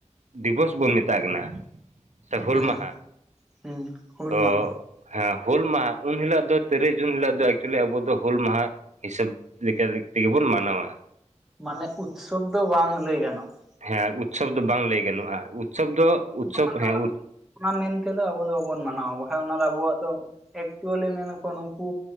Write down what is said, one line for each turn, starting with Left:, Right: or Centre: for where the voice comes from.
Right: ᱫᱤᱵᱚᱥ ᱵᱚᱱ ᱢᱮᱛᱟᱜ ᱠᱟᱱᱟ ᱥᱮ ᱦᱩᱞ
Centre: ᱦᱮᱸ
Right: ᱢᱟᱦᱟ?
Centre: ᱦᱩᱸ ᱦᱩᱞ
Right: ᱛᱚ
Centre: ᱢᱟᱦᱟ᱾
Right: ᱦᱮᱸ ᱦᱩᱞ ᱢᱟ ᱩᱱ ᱦᱤᱞᱚᱜ ᱫᱚ ᱛᱤᱨᱤᱥ ᱡᱩᱱ ᱦᱤᱞᱟᱜ ᱫᱚ ᱮᱠᱪᱩᱞᱤ ᱟᱵᱚ ᱫᱚᱼᱼᱼ ᱫᱚ ᱦᱩᱞ ᱢᱟᱦᱟ ᱦᱤᱥᱟᱹᱵᱽ ᱞᱮᱠᱟ ᱛᱮᱜᱮ ᱵᱚᱱ ᱢᱟᱱᱟᱣᱟ᱾
Centre: ᱢᱟᱱᱮ ᱩᱛᱥᱟᱵᱽ ᱫᱚ ᱵᱟᱝ ᱞᱟᱹᱭ ᱜᱟᱱᱚᱜ ᱟ᱾
Right: ᱦᱮᱸ ᱩᱛᱥᱟᱵ ᱫᱚ ᱵᱟᱝ ᱞᱟᱹᱭ ᱜᱟᱱᱚᱜᱼᱟ ᱩᱛᱥᱟᱵ ᱫᱚ ᱩᱛᱥᱟᱵ
Centre: ᱢᱟᱱᱮ
Right: ᱦᱮᱸᱼᱼᱼ
Centre: ᱚᱱᱟ ᱚᱱᱟ ᱢᱮᱱᱛᱮᱫᱚ ᱟᱵᱚ ᱫᱚ ᱵᱟᱵᱚᱱ ᱢᱟᱱᱟᱣᱟ ᱵᱟᱠᱷᱟᱱ ᱚᱱᱟ ᱫᱚ ᱟᱵᱚᱣᱟᱜ ᱫᱚ ᱮᱠᱪᱩᱞᱤ ᱢᱮᱱ ᱱᱟᱠᱚ ᱱᱩᱠᱩᱼᱼᱼ